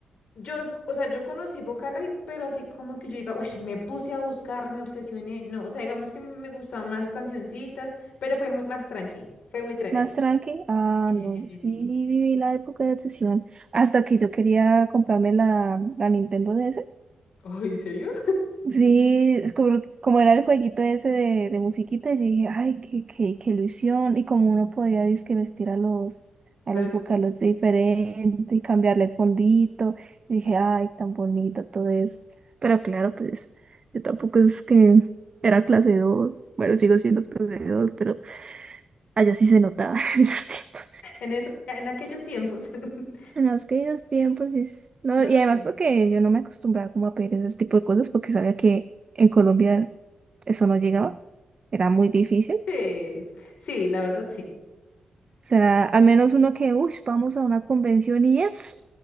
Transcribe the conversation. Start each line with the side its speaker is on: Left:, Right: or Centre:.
Left: yo, es- o sea, yo conocí Vocaloid, pero así como que yo diga, uy, me puse a buscar, me obsesioné, no, o sea, digamos que me gustaban más cancioncitas, pero fue muy, más tranqui, fue muy tranqui.
Right: más tranqui. Ah,
Left: Sí, sí,
Right: no,
Left: sí, sí,
Right: sí
Left: sí.
Right: viví la época de obsesión, hasta que yo quería comprarme la, la Nintendo DS.
Left: Ay, ¿en serio?
Right: Sí, es como, como era el jueguito ese de, de musiquita, yo dije, ay, qué, qué, qué ilusión. Y como uno podía dizque vestir a los, a
Left: Pero
Right: los vocaloids diferente y cambiarle el fondito, y dije, ay, tan bonito todo eso. Pero claro, pues yo tampoco es que era clase dos Bueno, sigo siendo clase dos pero allá sí se notaba <laughs> en esos tiempos.
Left: en es- en aquellos tiempos, <laughs>
Right: En los queridos tiempos, y, s- no,
Left: no
Right: y
Left: sé,
Right: además porque yo no me acostumbraba como a pedir ese tipo de cosas porque sabía que en Colombia eso no llegaba, era muy difícil.
Left: sí, sí, la verdad sí.
Right: O sea, al menos uno que, uff, vamos a una convención y es